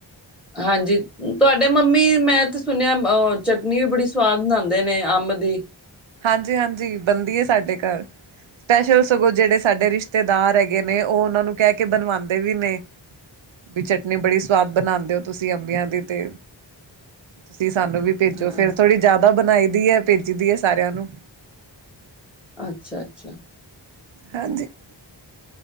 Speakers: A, in the centre; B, on the right.
A: ਹਾਂਜੀ। ਤੁਹਾਡੇ ਮੰਮੀ, ਮੈਂ ਤੇ ਸੁਣਿਆ ਅ ਚਟਨੀ ਵੀ ਬੜੀ ਸਵਾਦ ਬਣਾਉਂਦੇ ਨੇ ਅੰਬ ਦੀ।
B: ਹਾਂਜੀ- ਹਾਂਜੀ ਬਣਦੀ ਹੈ ਸਾਡੇ ਘਰ। ਸਪੈਸ਼ਲ ਸਗੋਂ ਜਿਹੜੇ ਸਾਡੇ ਰਿਸ਼ਤੇਦਾਰ ਹੈਗੇ ਨੇ। ਉਹ ਉਹਨਾਂ ਨੂੰ ਕਹਿ ਕੇ ਬਣਵਾਉਂਦੇ ਵੀ ਨੇ। ਵੀ ਚਟਨੀ ਬੜੀ ਸਵਾਦ ਬਣਾਉਂਦੇ ਹੋ ਤੁਸੀਂ ਅੰਬੀਆਂ ਦੀ ਤੇ। ਤੁਸੀਂ ਸਾਨੂੰ ਵੀ ਭੇਜੋ
A: ਹਾਂ
B: ਫੇਰ ਥੋੜ੍ਹੀ ਜ਼ਿਆਦਾ ਬਣਾਈ ਦੀ ਹੈ ਭੇਜੀ ਦੀ ਹੈ ਸਾਰਿਆਂ ਨੂੰ।
A: ਅੱਛਾ- ਅੱਛਾ।
B: ਹਾਂਜੀ।